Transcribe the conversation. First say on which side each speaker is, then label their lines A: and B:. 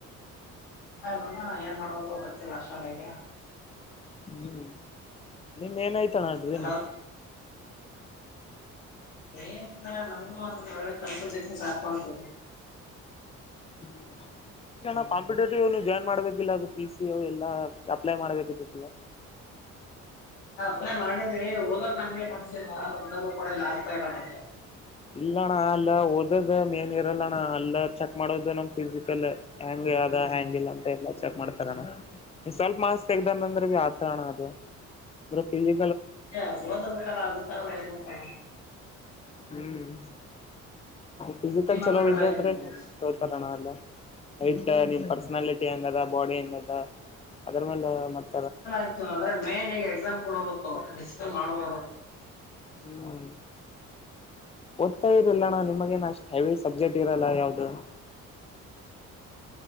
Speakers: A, on the left; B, on the left.
A: ಹಲ್ಲ ಏನ್ ಮಾಡ್ಬೇಕದು ಗತ್ತೀ ವರ್ಷಗೆ
B: ಹ್ಮ್ ನಿಮ ಏನಾಯ್ತ ಡ್ರೀಮ್
A: ಹಲೋ ಏನಿಲ್ಲ ಅಣ್ಣ ನಮಗೊಂದು ಒಳ್ಳೆ ಕೆಲಸ ಸಿಕ್ಕಿದರೆ ಸಾಕು ಅಂತೀನಿ
B: <inaudible> ಕಾಂಪಿಟೇಟಿವ್ ಜಾಯನ್ ಮಾಡ್ಬೇಕಿಲ್ಲ ಅದು ಪಿ ಸಿ ಎಲ್ಲ ಅಪ್ಲೈ ಮಾಡ್ಬೇಕಲ್ಲ
A: <inaudible> ಹ ಹ ಮಾಡಿದಿ ಹಓದಾಗ ನಮ್ಗೆ ಮನ್ಸಿಲ್ಲಓದಾಗ ಕೂಡ ಇಲ್ಲ ಆಗ್ತಾ ಇಲ್ಲ ಮೆ
B: ಇಲ್ಲಣ್ಣ ಅಲ್ಲ ಓದದ ಏನ್ ಇರಲ್ಲಣ್ಣ ಅಲ್ಲ ಚೆಕ್ ಮಾಡೋದು ನಮ್ ಫಿಸಿಕಲ್ಂಗ ಅದ ಹ್ಯಾಂಗಿಲ್ಲ ಅಂತ ಎಲ್ಲ ಚೆಕ್ ಮಾಡ್ತಾರಣ್ಣ ಸ್ವಲ್ಪ ಮಾಸ್ ತೆಗ್ದಾರಂದ್ರೆ ಭ ಆತ ಅಣ್ಣ ಅದು ಬ್ರೋ ತಿಂಡಿ
A: ಹ ಓದಬೇಕಲ್ಲ ಅದ ಓದಬೇಕಲ್ಲ
B: ಹ್ಮ್ ಫಿಸಿಕಲ್
A: ಮನ್ಸ
B: ಚಲೋಗಿದೆ
A: ಬರ್ಲ ಇಲ್ಲ
B: ಅಂದ್ರೆ
A: ನನ್ಗೆ
B: ತೋತರೋಣ ಎಲ್ಲ ಹಟ್ ನಿನ್ ಪರ್ಸನಾಲಿಟಿ ಹೆಂಗ ಅದ ನಿನ್ ಬೋಡಿ ಹೆಂಗದ ಅದ್ರ ಮೇಲೆ ಮತ್ತ
A: ಚ ಆಯ್ತು ಅಂದ್ರೆ ಮೇನ್ ಈಗ ಎಕ್ಸಾಮ್ ಕೊಡೋದ ಬಿಸಿಕಲ್ ಮಾಡ್ಬೋದು
B: ಹ್ಮ್ ಓದ್ತಾ ಇರಲ್ಲಣ್ಣ ನಿಮಗೇನ್ ಅಷ್ಟು ಹೆವಿ ಸಬ್ಜೆಕ್ಟ್ ರಲ್ಲ ಯಾವ್ದು